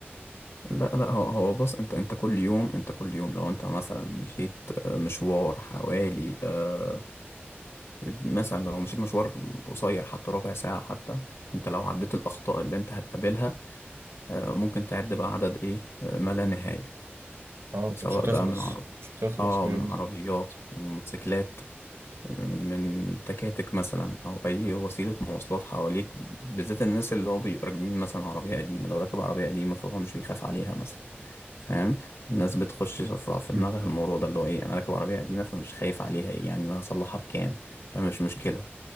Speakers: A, on the left; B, on the right.
A: لا لا هو هو بص انت انت كل يوم انت كل يوم لو انت مثلا مشيت آه، مشوار حوالي آه، مثلا لو مشيت مشوار قصير حتى ربع ساعة حتى انت لو عديت الأخطاء اللي انت هتقابلها آه، ممكن تعد بقى عدد ايه آه، ما لا نهاية
B: اه انت
A: سواء
B: مش هتخلص
A: بقى من عرب
B: مش هتخلص
A: اه
B: بجد
A: من عربيات من موتوسيكلات آه، من تكاتك مثلا او اي وسيله مواصلات حواليك بالذات الناس اللي هو بيبقوا راكبين مثلا عربيه قديمه لو راكب عربيه قديمه فهو مش بيخاف عليها مثلا فاهم الناس بتخش ف- في
B: مم.
A: دماغها الموضوع ده اللي هو ايه انا راكب عربيه قديمه فمش خايف عليها ايه يعني ما هصلحها بكام فمش مشكله